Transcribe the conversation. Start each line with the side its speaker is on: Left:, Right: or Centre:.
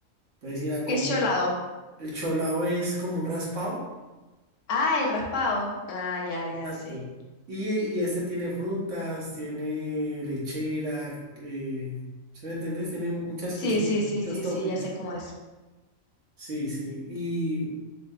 Right: puedes ir a comer,
Left: ¿Qué es Cholado?
Right: el cholao es como un raspado,
Left: Ah, el raspado. Ah, ya,
Right: exacto.
Left: ya, sí.
Right: Y, y este tiene frutas, tiene lechera, eh, ¿sí me entendés? Tiene muchas
Left: Sí,
Right: cositas,
Left: sí, sí,
Right: muchos
Left: sí,
Right: toppings.
Left: sí, ya sé cómo es.
Right: Sí, sí.